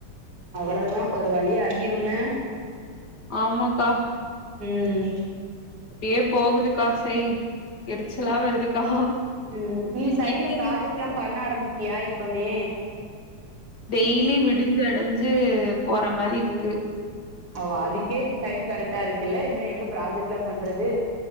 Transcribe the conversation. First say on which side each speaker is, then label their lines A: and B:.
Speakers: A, on the right; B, on the left.
A: அவ்ளதா ஒரு வழி ஆகிரு என்ன
B: ஆமாக்கா
A: உம்
B: அப்டியே போகுதுக்கா சை எரிச்சலா வருதுக்கா
A: ம் நீ சைடுல
B: டெய்லி
A: ப்ராஜெக்ட் எல்லா பண்ண ஆரம்பிச்சிடியா இப்பமே
B: டெய்லி விடிஞ்சு அடஞ்சு போற மாறி இரு
A: அது அதுக்கே டைம் கரெக்டா இருக்குல்ல இன்னும் எங்க ப்ராஜெக்ட் எல்லாம் பண்றது